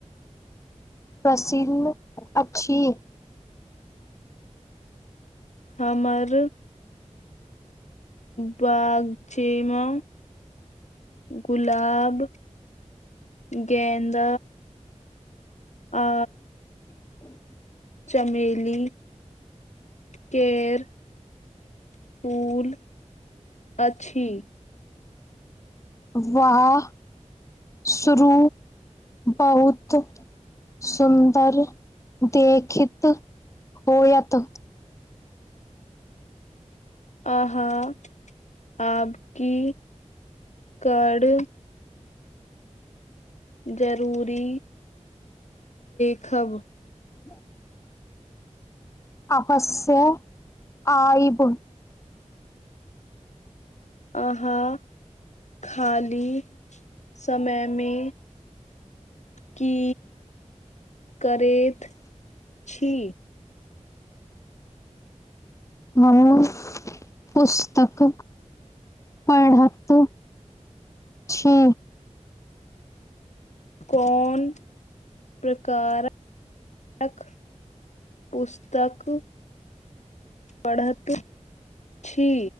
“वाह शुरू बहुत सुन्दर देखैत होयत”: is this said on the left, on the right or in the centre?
Left